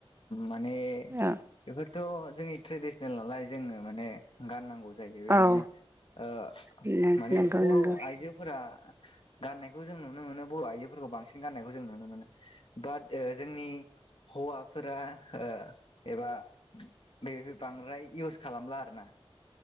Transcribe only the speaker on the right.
औ
औ
नंगौ
नंगौ